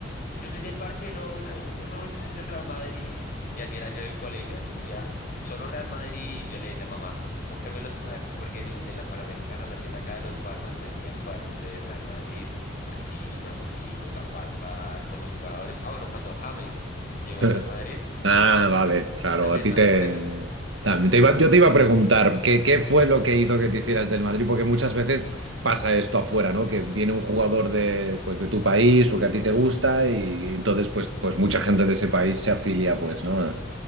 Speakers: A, on the left; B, on the right.
A: yo soy del Barcelona y el otro no, yo soy del Real Madrid. Y así era yo en el colegio, así ya, solo Real Madrid. Y yo le decía a mamá, cómpreme los cuadernos, porque en, en la Panamericana, la tienda acá de los cuadernos, vendían cuadernos de Real Madrid, así súper bonitos, la pasta con los jugadores. Ah, bueno, cuando James llegó al
B: <laughs>
A: Real Madrid,
B: Ah, vale, claro,
A: eh, también,
B: a ti
A: también
B: te...
A: por eso.
B: También te iba, yo te iba a preguntar, ¿qué, qué fue lo que hizo que te hicieras del Madrid? Porque muchas veces pasa esto afuera, ¿no? Que viene un jugador de, pues, de tu país o que a ti te gusta y, entonces pues, pues mucha gente de ese país se afilia, pues, ¿no?